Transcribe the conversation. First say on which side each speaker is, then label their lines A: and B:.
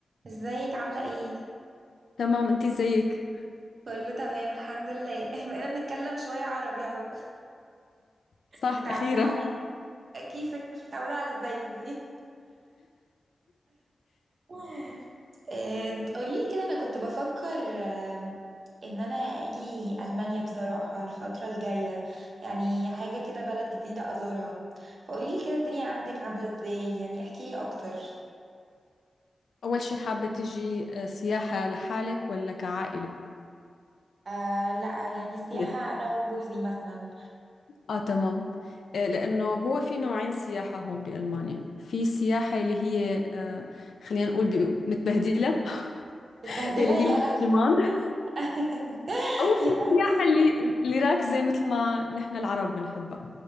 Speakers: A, on the right; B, on the left.
A: ازيك عاملة ايه؟
B: تمام انت زيك
A: كله تمام الحمد لله <laughs> بقينا بنتكلم شوية عربي اهو <laughs>
B: صح
A: متعودة
B: اخيرا
A: على
B: <laughs>
A: كيفك مش متعودة على ازيك دي <laughs> آم، قوليلي كده انا كنت بفكر آم، ان انا اجي المانيا بصراحة الفترة الجاية يعني حاجة كده بلد جديدة ازورها فقوليلي كده الدنيا عندك عاملة ازاي يعني احكيلي اكتر
B: اول شي حابة تجي آه، سياحة لحالك ولا كعائلة
A: آه لا يعني السياحة
B: ليه؟
A: انا وجوزي مثلا
B: اه تمام آه، لانه هو في نوعين سياحة هون بالمانيا في سياحة اللي هي آه، خلينا نقول ب- متبهدلة
A: متبهدلة
B: <laughs> اللي
A: يا
B: هي مسلمان
A: لهوي <laughs>
B: أو في
A: يا
B: السياحة
A: لهوي
B: اللي اللي راكزة مثل ما نحن العرب بنحبها